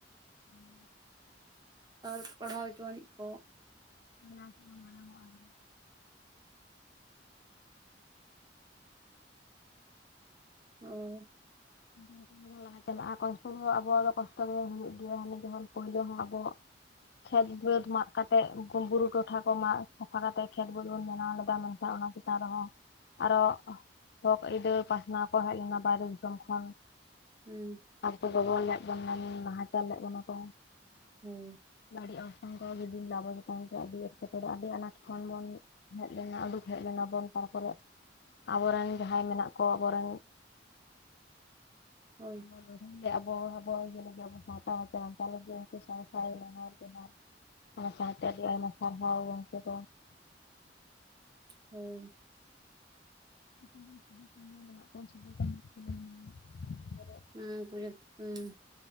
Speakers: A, on the left; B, on the right.
A: <inaudible>
B: ᱟᱨ ᱯᱟᱲᱦᱟᱣ ᱦᱚᱪᱚᱣᱱᱤᱡ ᱠᱚ ᱾
A: ᱚᱱᱟ ᱛᱮᱜᱮ ᱢᱟᱲᱟᱝ ᱚᱜᱼᱟ ᱟᱨᱦᱚᱸ,
B: ᱦᱳᱭ᱾
A: <unintelligible> ᱞᱟᱦᱟ ᱪᱟᱞᱟᱜ-ᱟ ᱾ ᱠᱚᱥᱴᱚ ᱦᱚᱸ ᱟᱵᱚᱣᱟᱜ ᱫᱚ ᱠᱚᱥᱴᱚ ᱜᱮ ᱦᱳᱭᱳᱜ ᱜᱮᱭᱟ᱾ ᱦᱟᱱᱮ ᱡᱮᱢᱚᱱ ᱯᱳᱭᱞᱳ ᱦᱚᱸ ᱟᱵᱚ᱾ ᱠᱷᱮᱛ ᱵᱟᱹᱫᱽ ᱢᱟᱜ ᱠᱟᱛᱮᱜ, ᱵᱩᱨᱩ ᱴᱚᱴᱷᱟ ᱠᱚ ᱢᱟᱜ ᱥᱟᱯᱷᱟ ᱠᱟᱛᱮᱜ ᱠᱷᱮᱛ ᱵᱟᱹᱫᱽ ᱵᱚᱱ ᱵᱮᱱᱟᱣ ᱞᱮᱫᱟ᱾ ᱢᱮᱱᱠᱷᱟᱱ ᱚᱱᱟᱼᱼ ᱛᱟᱣ ᱨᱮᱦᱚᱸ᱾ ᱟᱨᱚ ᱦᱚᱠ ᱟᱹᱭᱫᱟᱹᱨ ᱯᱟᱥᱱᱟᱣ ᱠᱚ ᱦᱮᱡ ᱞᱮᱱᱟ ᱵᱟᱭᱨᱮ ᱫᱤᱥᱚᱢᱼᱼ ᱠᱷᱚᱱ ᱾
B: ᱦᱩᱸ᱾
A: ᱟᱵᱚ ᱠᱚ ᱜᱚᱵᱚᱞ ᱞᱮᱫ ᱵᱚᱱᱟ᱾ ᱱᱟᱦᱟᱪᱟᱨ ᱞᱮᱫ ᱵᱚᱱᱟ ᱠᱚ᱾
B: ᱦᱳᱭ᱾
A: ᱵᱟᱹᱲᱤᱡ ᱚᱨᱥᱚᱝ ᱠᱚ ᱜᱤᱰᱤ ᱞᱮᱫᱟ᱾ ᱟᱵᱚ <unintelligible> ᱟᱹᱰᱤ ᱮᱴᱠᱮᱴᱚᱬᱮ ᱟᱹᱰᱤ ᱟᱱᱟᱴ ᱠᱷᱚᱱ ᱵᱚᱱᱼᱼ ᱦᱮᱡ ᱞᱮᱱᱟ᱾ ᱩᱰᱩᱠ ᱦᱮᱡ ᱞᱮᱱᱟ ᱵᱚᱱ ᱛᱟᱨᱯᱚᱨᱮ, ᱟᱵᱚᱨᱮᱱ ᱡᱟᱦᱟᱸᱭ ᱢᱮᱱᱟᱜ ᱠᱚ ᱾ ᱟᱵᱚᱨᱮᱱᱼᱼ
B: ᱦᱳᱭ᱾
A: <unintelligible> ᱞᱟᱹᱲᱦᱟᱹᱭ ᱜᱮ ᱟᱵᱚ ᱟᱵᱚᱣᱟᱜ ᱟᱹᱭᱫᱟᱹᱨ ᱞᱟᱹᱜᱤᱫ <unintelligible> ᱟᱵᱚ ᱥᱟᱶᱛᱟ ᱦᱚ ᱩᱱᱠᱩ ᱥᱟᱶ ᱥᱟᱶ ᱮ ᱱᱮᱦᱚᱨ ᱡᱚᱦᱟᱨ
B: <inaudible>
A: ᱾ ᱚᱱᱟ ᱥᱟᱶᱛᱮ ᱟᱹᱰᱤ ᱟᱭᱢᱟ ᱥᱟᱨᱦᱟᱣ ᱜᱚᱝᱠᱮ ᱠᱚ᱾
B: ᱦᱳᱭ᱾
A: <inaudible>
B: ᱦᱩᱸ <inaudible>